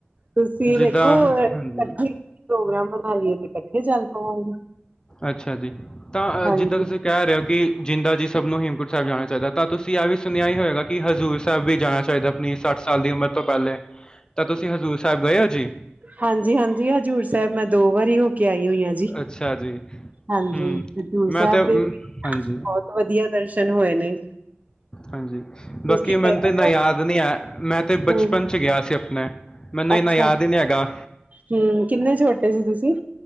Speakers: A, on the right; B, on the left.
A: ਤੁਸੀਂ
B: ਜਿੱਦਾਂ
A: ਵੇਖੋ ਏ
B: ਹਾਂਜੀ,
A: ਕੱਠੇ ਪ੍ਰੋਗਰਾਮ ਬਨਾ ਲਈਏ ਤੇ ਇਕੱਠੇ ਚੱਲ ਪਵਾਂਗੇ।
B: ਅੱਛਾ ਜੀ ਤਾਂ
A: ਹਾਂਜੀ
B: ਜਿੱਦਾਂ ਤੁਸੀਂ ਕਹਿ ਰਹੇ ਹੋ ਕਿ ਜਿੰਦਾ ਜੀ ਸਭ ਨੂੰ ਹੇਮਕੁਟ ਸਾਹਿਬ ਜਾਨਾ ਚਾਹੀਦਾ ਤਾਂ ਤੁਸੀਂ ਇਹ ਵੀ ਸੁਣਿਆ ਹੀ ਹੋਏਗਾ ਕਿ ਹਜ਼ੂਰ ਸਾਹਿਬ ਵੀ ਜਾਨਾ ਚਾਹੀਦਾ। ਆਪਣੀ ਸੱਠ ਸਾਲ ਦੀ ਉਮਰ ਤੋਂ ਪਹਿਲੇ ਤਾਂ ਤੁਸੀਂ ਹਜ਼ੂਰ ਸਾਹਿਬ ਗਏ ਹੋ ਜੀ?
A: ਹਾਂਜੀ-ਹਾਂਜੀ ਹਜ਼ੂਰ ਸਾਹਿਬ ਮੈਂ ਦੋ ਵਾਰੀ ਹੋ ਕੇ ਆਈ ਹੋਈ ਆਂ ਜੀ।
B: ਅੱਛਾ ਜੀ।
A: ਹਾਂਜੀ
B: ਹੂੰ,
A: ਹਜ਼ੂਰ
B: ਮੈਂ
A: ਸਾਹਿਬ
B: ਤੇ ਮ,
A: ਦੇ ਬੋਤ
B: ਹਾਂਜੀ।
A: ਵਧੀਆ ਦਰਸ਼ਨ ਹੋਏ ਨੇ।
B: ਹਾਂਜੀ
A: ਤੁਸੀਂ
B: ਬਾਕੀ ਮੈਨੂੰ
A: ਗਏ
B: ਤਾਂ ਇਨਾ
A: ਹੋ
B: ਯਾਦ ਨਹੀਂ ਐ ਮੈਂ ਤੇ ਬਚਪਨ
A: ਹਮ ਹਮ
B: ਚ ਗਿਆ ਸੀ ਅਪਨੇ। ਮੈਨੂੰ
A: ਅੱਛਾ
B: ਇੰਨਾ ਯਾਦ ਈ ਨੀ ਹੈਗਾ।
A: ਹਮ ਕਿੰਨੇ ਛੋਟੇ ਸੀ ਤੁਸੀਂ